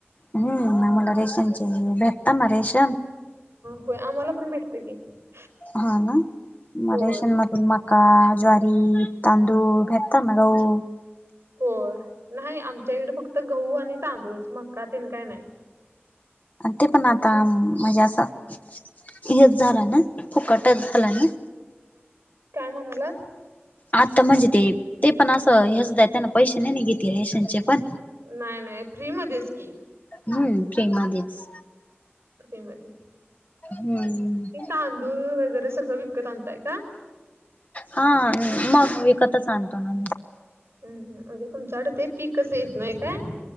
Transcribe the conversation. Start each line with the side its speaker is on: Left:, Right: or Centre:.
Left: हुं... आम्हाला रेशनचे... भेटता ना रेशन
Right: होय आम्हाला <unintelligible>
Left: हा... ना... मग
Right: होय
Left: रेशन म मका, ज्वारी, तांदुळ भेटतं ना... गऊ
Right: होय... न्हाई.. आमच्या इकडं फक्त गहू आणि तांदूळच मक्का.. तेन काय नाय
Left: ते पण आता.. म्हणजे... असं हेच झालं ना? फुकटच झालं ना
Right: काय म्हणालात?
Left: आता म्हणजे ते... ते पण असं... हेच देत्या ना... पैशे नई ना घेत, राशनचे पण
Right: नाई नाई... फ्री मधेच की
Left: हम्म... फ्री मधेच.
Right: फ्री मधे
Left: होय.. होय.
Right: तांदूळ वगैरे... सगळं विकत आणताय का?
Left: हा... मग... विकतच आणतो ना आम्ही.
Right: हम्म... म्हणजे तुमच्याकडं ते पीकच येत नाय काय?